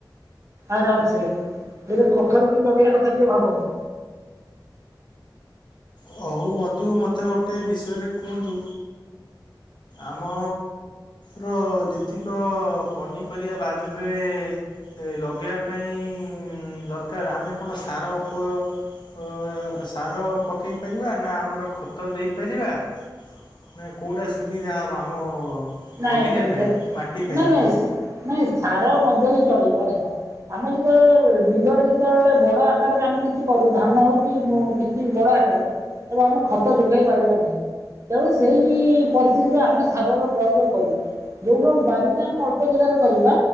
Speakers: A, on the right; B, on the left.
A: ଆରାମ ସେ ହେଲେ କଖାରୁ ଗୋଟେ ଲଗେଇବା କଥା ଟିକେ ଭାବନ୍ତୁ।
B: ହଉ ବନ୍ଧୁ ମୋତେ ଗୋଟେ ବିଷୟରେ କୁହନ୍ତୁ। ଆମ ର ଯେତିକ ପନିପରିବା ବାଡ଼ିରେ ଏ ଲଗେଇବା ପାଇଁ ଦରକାର। ଆମେ କଣ ସାର ଉପ ଅ ସାର ପକାଇ ପାରିବା। ନା ଆମର ଖତ ଦେଇପାରିବା ନା କୋଉଟା ସୁବିଧା ହେବ ।ଆମ
A: ନାଇଁ
B: ବଗିଚା ପାଇଁ
A: ଦେ
B: ମାଟି ପାଇଁ
A: ନାଇଁ ନାଇଁ ନାଇଁ ସାର ନଦେଲେ ଚଳିବ ଦେଖ ।ଆମେ ଯେତେବେଳେ ବିଲରେ ଯେତେବେଳେ ବଡ ଆକାରରେ ଆମେ କିଛି କରୁ ଧାନ ହଉ କି କିଛି ବଡ ଆକାରରେ ।ତ ଆମେ ଖତ ଯୋଗେଇ ପାରିବା ନାହିଁ। ତେଣୁ ସେଇ ପରିସ୍ଥିତିରେ ଆମେ ସାର ଉପୋଗ କରି ଯୋଉଟା ବାରିରେ ଆମେ ଅଳ୍ପ ଜାଗାରେ କରିବା।